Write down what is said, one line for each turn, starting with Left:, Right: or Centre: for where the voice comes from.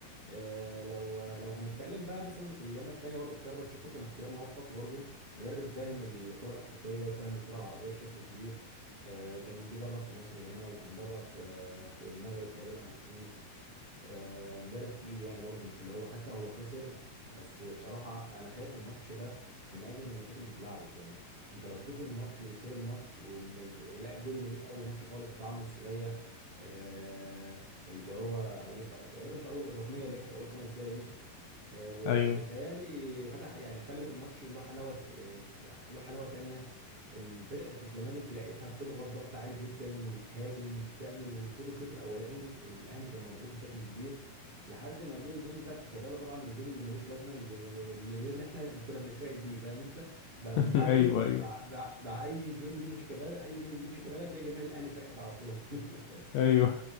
Right: آه، لو لو هنتكلم بقى مثلا في الليمة التانية برضو اختيار باتشيكو كان اختيار موفق برضو مدرب فاهم الكرة الأفريقية وفاهم الكرة العربية بشكل كبير آه، كان جه درب في مصر هنا وكان درب في في المغرب تقريبا أو في تونس آه، مدرب تقيل يعني برضه مش اللي هو حتى هو خسر بس بصراحة أنا شايف الماتش ده من أجمد الماتشات اللي اتلعبت يعني أنت لو تشوف الماتش وسير الماتش وإن لا الجون اللي جه في أول ماتش خالص بتاع عمرو السولية آه، اللي هو جه في في- تقريبا في أول الركنية اللي كانت في أول خمس دقايق دي آه، ب-
Left: ايوه
Right: بتهيالي فتح يعني خلت الماتش له حلاوة آه، له حلاوة تانية الفرقة الزمالك لقيتها بتضغط ضغط عالي جدا وبتهاجم وبتعمل وطول الشوط الاولاني الاهلي كان مضغوط بشكل كبير لحد ما جه الجون بتاع شيكابالا طبعا الجون اللي ملوش لازمه اللي اللي احنا كنا بنتفائل بيه فاهم انت بقى
Left: <laughs>
Right: من بعده
Left: ايوه ايوه
Right: بقى, بقى, بقى اي جون يجيبه شيكابالا اي جون يجيبه شيكابالا تلاقي جماهير الاهلي فرحت على طول <laughs>
Left: ايوه